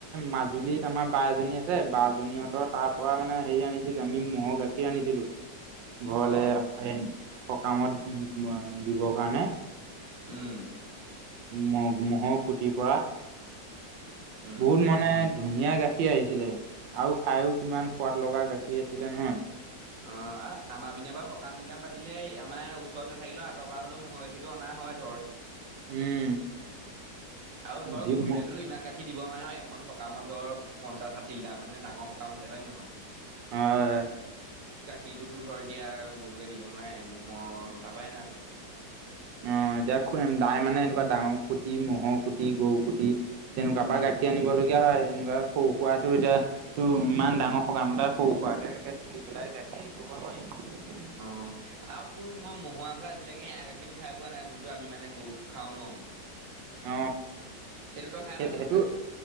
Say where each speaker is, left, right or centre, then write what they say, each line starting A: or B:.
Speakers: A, on the right; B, on the right.
A: মাজুলীত আমাৰ বা এজনী আছে বাজনীহঁতৰ তাৰ পৰা মানে হেৰি আনিছিলো আমি মহৰ গাখীৰ আনিছিলো ঘৰলে
B: অ',
A: সকামত দিবৰ কাৰণে।
B: উম।
A: ম মহ'ৰ খুটিৰ পৰা
B: উম।
A: বহুত মানে ধুনীয়া গাখীৰ আহিছিলে আৰু খায়ো কিমান সোৱাদ লগা গাখীৰ আছিলে নহয়।
B: অ আমাৰ পিনে বাৰু সকাম নিকাম পাতিলে আমাৰ ওচৰত নাথাকিলেও আঁতৰ পৰা হলেও ম মহৰ গাখীৰতটো অনা হয় ধৰ।
A: উম।
B: আৰু ধৰক
A: যি
B: গৰুৱেটো
A: হয়
B: ইমান গাখী গাখীৰ দিব নোৱাৰে ন। এখন সকামত ধৰ পঞ্চাছ, ষাঠি লিটাৰ মানে ডাঙৰ সকাম হ'লে, হয় নে নহয়?
A: হয়, হয়।
B: গাখীৰটোতো ধৰ এতিয়া গৰুৱে দিব নোৱাৰে। ম'হৰ তাৰপাই আনা হয়।
A: অ, এতিয়া খু তাই মানে এনেকুৱা ডাঙৰ খুঁটি, মহৰ খুঁটি, গৰু খুটি তেনেকুৱা
B: উম
A: পা গাখীৰ আনিব লাগি য়া‌ হয়, এনেকুৱা সৰু সুৰা টো এতিয়া টো ইমান ডাঙৰ সকাম এতাৰ সৰু খুৱা কে এনেকে তুলি পেলাই গা কি ক'ব নোৱাৰি।
B: অ। আৰু তোৰ মই ম'হৰ আকৌ আজিলৈকে এৰা গাখীৰো খাই পোৱা নাই, যোনটো আমি মানে গৰুৰ খাওঁ ন।
A: অ,
B: সেইটো তই খাই
A: সেই
B: পাইছ
A: সেইটো,
B: নে নাই?